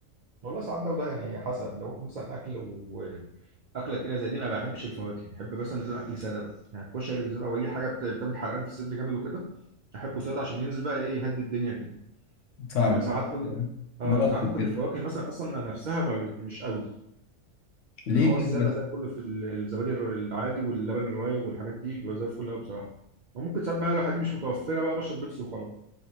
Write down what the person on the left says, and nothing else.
فاهمك
مرتب
كده
ليه
كده
بس